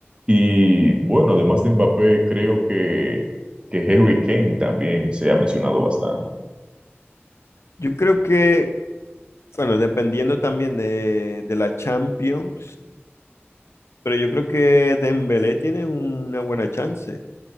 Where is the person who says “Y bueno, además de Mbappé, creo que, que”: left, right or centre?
Right